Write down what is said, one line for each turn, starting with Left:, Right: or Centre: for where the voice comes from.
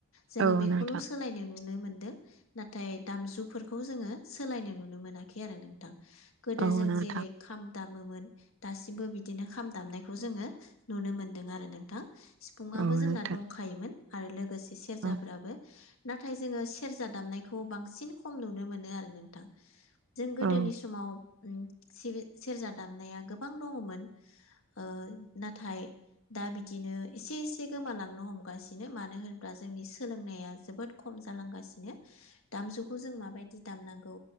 Left: जोङो
Right: औ
Left: बेखौल'
Right: नोंथां
Left: सोलायनो नुनो मोनदों। नाथाय दामजुफोरखौ जोङो सोलायनो नुनो मोनाखै आरो नोंथां। गोदो
Right: औ
Left: जों
Right: नोंथां
Left: जेरै खाम दामोमोन दासिमबो बिदिनो खाम दामनायखौ जोङो नुनो मोनदों आरो नोंथां। सिफुंआबो
Right: औ
Left: जोंना
Right: नोंथां
Left: दंखायोमोन। आरो लोगोसे सेरजाफोराबो
Right: औ
Left: नाथाय जोङो सेरजा दामनाय खौ बांसिन खम नुनो मोनो आरो नोंथां जों गोदोनि
Right: औ
Left: समाव उम सिबि-सेरजा दामनाया गोबां दङमोन ओ नाथाय दा बिदिनो एसे-एसे गोमालांनो हमगासिनो मानो होनोब्ला जोंनि सोलोंनाया जोबोद खम जालांगासिनो दामजुखौ जों माबायदि दामनांगौ